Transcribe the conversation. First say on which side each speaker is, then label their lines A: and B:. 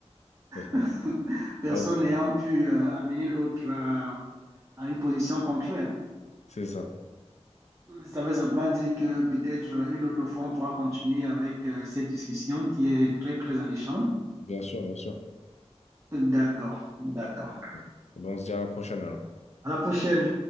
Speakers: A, on the left; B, on the right.
A: C'est ça.
B: <laughs> personne
A: Ah ouais,
B: n'ayant pu euh, amener l'autre à à une position contraire.
A: c'est ça.
B: Ça veut simplement dire que peut-être une autre fois, on pourra continuer avec euh, cette discussion qui est très, très alléchante.
A: Bien sûr, bien sûr.
B: D'accord, d'accord.
A: Ah ouais. Bon, on se dit à la prochaine alors.
B: À la prochaine.